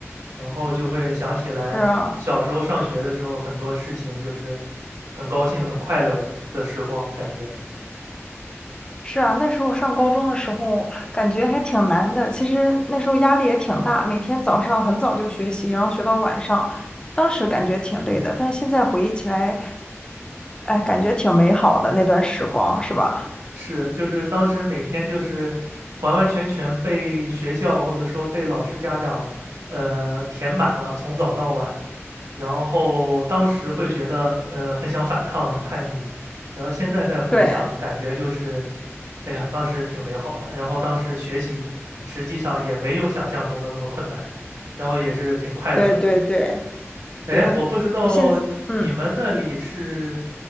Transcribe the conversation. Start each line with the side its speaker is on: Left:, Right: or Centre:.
Right: 然后就会想起来小时候上学的时候，
Left: 是啊，
Right: 很多事情就是很高兴、很快乐的时光，感觉。
Left: 是啊，那时候上高中的时候，感觉还挺难的，其实那时候压力也挺大，每天早上很早就学习，然后学到晚上，当时感觉挺累的，但是现在回忆起来，哎，感觉挺美好的那段时光，是吧？
Right: 是，就是当时每天就是完完全全被学校或者说被老师、家长，呃，填满了，从早到晚。然后当时会觉得，呃，很想反抗，很叛逆。然后现在再回想，
Left: 对，
Right: 感觉就是，哎呀，当时挺美好的。然后当时学习实际上也没有想象中的那么困难，然后也是挺快乐的。
Left: 对对对。
Right: 哎，
Left: 对，
Right: 我不知道你们那里是，
Left: 我现在，嗯，